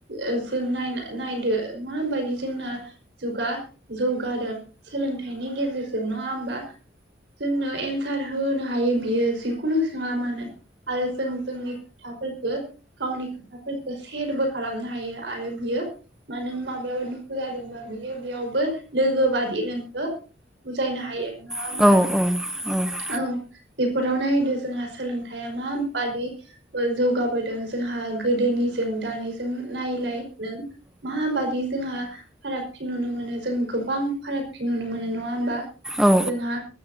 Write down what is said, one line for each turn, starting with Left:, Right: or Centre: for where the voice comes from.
Right: ओ जों नायना नायदो माबायदि जोंना जुगा जौगादों सोलोंथाइनि गेजेरजों नङा होमबा? जोंनो एन्सार होनो हायो बियो जिखुनु सोङा मानो आरो जों जोंनि खोथाफोरखो गावनि खोथाफोरखो सेरबो खालामनो हायो आरो बियो मानों माबायाबाथ' बुजादोंबा बियो बेयावबो लोगो बादि नोंखो बुजायनो हायो। नङा होमबा
Centre: औ अ औ
Right: औ बेफोराव नायदो जोंहा सोलोंथाइया माबादि ओ जौगाबोदों जोंहा गोदोनिजों दानि दों नायलाय नों माबादि जोंहा फारागथि नुनो मोनो जों गोबां फारागथि नुनो मोनो नङा होमबा?
Centre: औ
Right: जोंहा